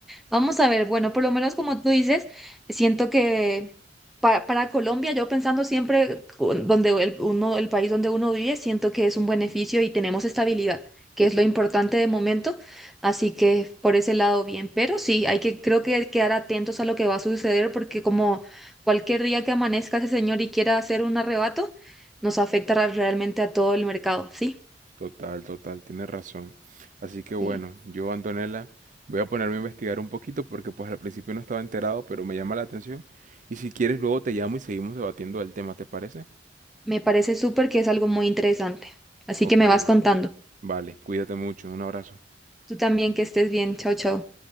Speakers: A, in the centre; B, on the right.
A: Vamos a ver, bueno, por lo menos como tú dices, siento que pa- para, Colombia, yo pensando siempre con- donde el, uno, el país donde uno vive, siento que es un beneficio y tenemos estabilidad, que es lo importante de momento. Así que por ese lado bien, pero sí, hay que creo que quedar atentos a lo que va a suceder porque como cualquier día que amanezca ese señor y quiera hacer un arrebato, nos afecta ra- realmente a todo el mercado, ¿sí?
B: Total, total, tienes razón. Así que bueno,
A: Sí.
B: yo, Antonella, voy a ponerme a investigar un poquito porque pues al principio no estaba enterado, pero me llama la atención. Y si quieres, luego te llamo y seguimos debatiendo el tema, ¿te parece?
A: Me parece súper que es algo muy interesante. Así
B: Ok,
A: que me vas contando.
B: Vale, cuídate mucho, un abrazo.
A: Tú también que estés bien. Chao, chao.